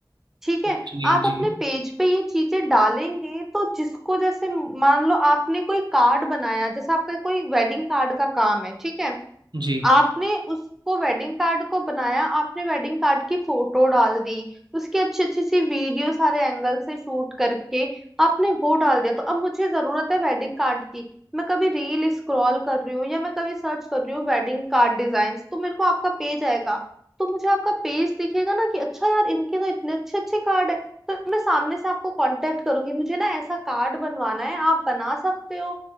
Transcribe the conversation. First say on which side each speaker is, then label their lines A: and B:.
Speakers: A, in the centre; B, on the right.
A: ठीक है
B: जी
A: आप
B: जी
A: अपने पेज पे ये चीजें डालेंगे तो जिसको जैसे मान लो आपने कोई कार्ड बनाया जैसे आपका कोई वेडिंग कार्ड का काम है ठीक है
B: जी
A: आपने उसको वेडिंग कार्ड को बनाया आपने वेडिंग कार्ड की फोटो डाल दी उसकी अच्छी अच्छी सी वीडियो सारे एंगल से शूट करके आपने वो डाल दिया तो अब मुझे जरूरत है वेडिंग कार्ड की मैं कभी रील स्क्रॉल कर रही हूँ या मैं कभी सर्च कर रही हूँ वेडिंग कार्ड डिजाइन्स तो मेरे को आपका पेज आएगा तो मुझे आपका पेज दिखेगा ना कि अच्छा यार इनके तो इतने अच्छे अच्छे कार्ड है तो मैं सामने से आपको कांटेक्ट करूंगी मुझे ना ऐसा कार्ड बनवाना है आप बना सकते हो